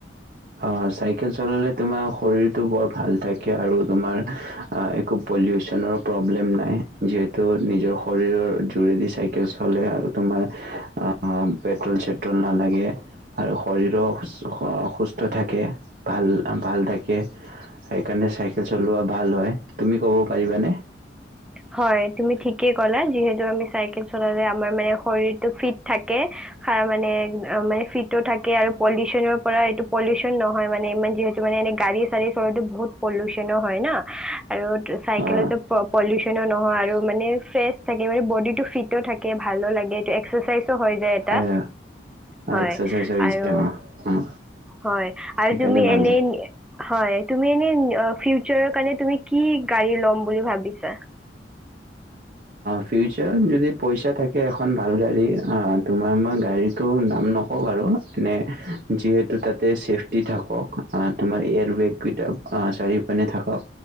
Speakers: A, on the right (about 45°); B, in the centre.
A: অ, চাইকেল চলালে তোমাৰ শৰীৰ- টো বৰ ভাল থাকে আৰু তোমাৰ একো পলিউচন প্ৰব্লেম নাই, যিহেতু শৰীৰৰ যোৰে দি চাইকেল চলাই আৰু তোমাৰ আহ, পেট্ৰল সেট্ৰল নালাগে আৰু - শৰীৰো সুস্থ থাকে, ভাল, ভাল থাকে সেইকাৰণে চাইকেল চলোৱা ভাল হয় তুমি ক'ব পাৰিবানে?
B: হয় তুমি ঠিকেই কলা যিহেতু- আমি চাইকেল চলালে আমাৰ মানে শৰীৰটো ফিট থাকে তাৰ মানে ফি- থাকে আৰু পলিউচনৰ পৰা এইটো পলিউচন নহয় মানে ইমান যিহেতু মানে এনে গাড়ী চাডী চলো বহুত- পলিউচন হয় ন আৰু চাইকেলেৰ
A: অ
B: পৰা পলিউচন নহয় আৰু মানে ফ্ৰেছ থাকে ম- বডিটো ফিট- টো থাকে ভালো লাগে যে এক্সোৰচাইজ হৈ যায় এটা,
A: হয়
B: হয়
A: এক্সাৰচাইজ হৈ
B: আৰু,
A: যায় অ অ
B: হয় আৰু
A: সেইকাৰণে
B: তুমি
A: ভাল
B: এনেই
A: হয়
B: হয় তুমি এনেই তুমি ফিউচাৰৰ কাৰণে তুমি - কি? গাড়ী ল'ম বুলি ভাবিছা?
A: ফিউচাৰত যদি পইচা থাকে এখন ভাল গাড়ী, তোমাৰ মই গাড়ীটো নাম নকওঁ বাৰু এনে যিহেতু তাতে ছেফটি থাকক তোমাৰ এয়াৰ বেগকেইটা চাৰিওপানে থাকক,